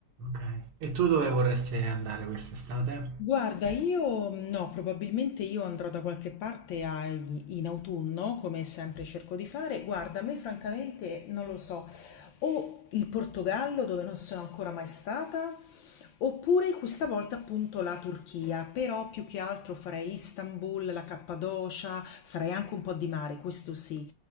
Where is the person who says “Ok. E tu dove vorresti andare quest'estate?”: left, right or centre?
Right